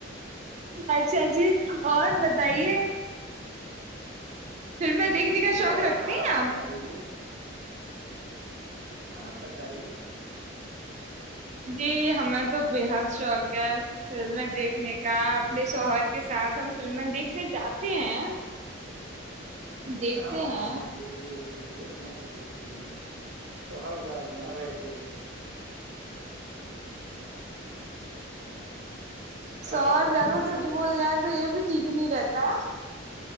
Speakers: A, on the right (about 35°); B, on the right (about 65°).
A: خچ آجی اور بتائیے فلمیں دیکھنے
B: جی
A: کا شوق
B: اور
A: رکھتی
B: تو
A: ہیں
B: بتائیے
A: آپ
B: ہاں بتائیے
A: جی ہمیں تو بےحد شوق ہے فلمیں دیکھنے کا اپنے شوہر کے ساتھ ہم فلمیں دیکھنے جاتے ہیں
B: دیکھ
A: دیکھتے
B: کہاں
A: ہیں
B: جی جھوٹ مت بولتیے شوہردہ آپ کے یہاں بیٹھے ہیں کہاں
A: شوہر
B: سے آپ
A: زیادہ
B: چلے جاؤ
A: سچ بول
B: گے
A: جائن تو یہ بھی ٹھیک نہیں رہتا